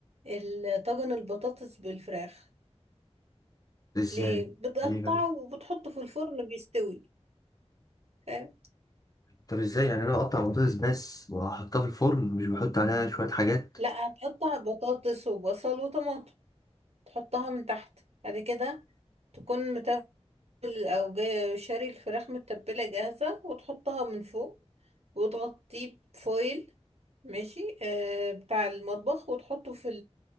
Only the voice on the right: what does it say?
ال- طاجن البطاطس بالفراخ
ليه بتقطعه
وبتحطه في الفرن بيستوي فاهم
لا هتقطع بطاطس وبصل وطماطم تحطها من تحت بعد كده تكون متبل او جاي شاري الفراخ متبله جاهزه وتحطها من فوق وتغطيه بفويل ماشي آه بتاع المطبخ وتحطه في